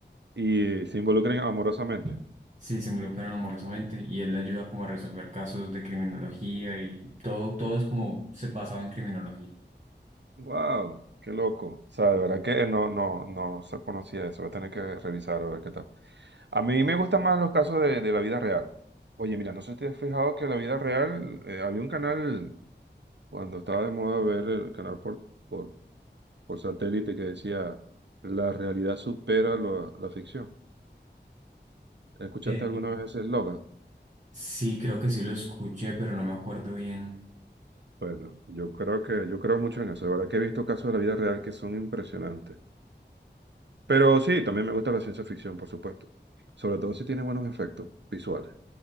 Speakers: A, on the right; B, on the right.
A: Y se involucran amorosamente.
B: Ya. Sí, se involucran amorosamente y él le ayuda como a resolver casos de criminología y todo, todo es como se- basado en criminología.
A: ¡Wow! ¡Qué loco! O sea, de verdad que no, no, no se conocía eso. Voy a tener que revisar a ver qué tal. A mí me gustan más los casos de, de la vida real. Oye, mira, no sé si te has fijado que en la vida real eh, había un canal. Cuando estaba de moda ver el canal por, por, por satélite que decía, la realidad supera lo- la ficción. ¿Escuchaste
B: Eh,
A: alguna vez ese eslogan?
B: sí, creo que sí lo escuché, pero no me acuerdo bien.
A: Bueno, yo creo que, yo creo mucho en eso. De verdad que he visto casos de la vida real que son impresionantes. Pero sí, también me gusta la ciencia ficción, por supuesto. Sobre todo si tiene buenos efectos visuales,